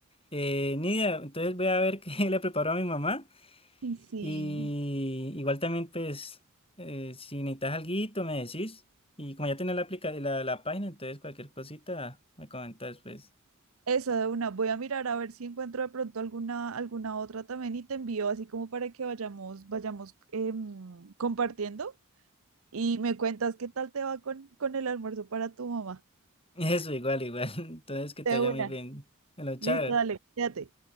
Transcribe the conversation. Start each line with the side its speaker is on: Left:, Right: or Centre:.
Left: Eh, Nidia, entonces voy a ver <laughs> qué le preparo a mi mamá
Right: Y sí.
Left: y igual también, pues, eh, si necesitas alguito, me decís. Y como ya tenés la, aplica la, la página, entonces cualquier cosita me comentas, pues.
Right: Eso de una, voy a mirar a ver si encuentro de pronto alguna, alguna otra también y te envío así como para que vayamos, vayamos em, compartiendo Y me cuentas qué tal te va con, con el almuerzo para tu mamá.
Left: <laughs> Eso, igual, igual. <laughs> Entonces, que te
Right: De
Left: vaya
Right: una.
Left: muy bien. Bueno, chao.
Right: Listo, dale, quédate.